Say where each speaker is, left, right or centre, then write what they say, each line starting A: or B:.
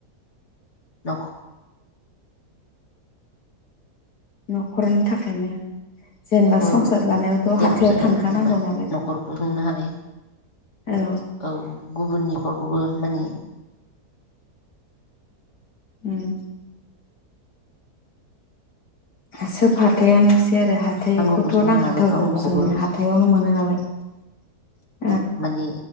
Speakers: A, on the left; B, on the left.
A: नख
B: न'खरनि थाखायनो जेनेबा
A: नर
B: संसार जानायावथ'
A: देरब
B: हाथायाव
A: जायलाबा
B: थांखानांगौ नालाय
A: न'खरखौ खुंनो हानाय
B: औ
A: औ गुबुननि नखरखौबो माने
B: उम सोब हाथायानोसै बे आरो हाथायखौथ'
A: नांगौखौ सुफुंनो
B: नांखाथारगौ
A: हाबाय गावनिखौबो
B: जोंनो हाथायावनो मोनो नालाय <unintelligible>
A: मानि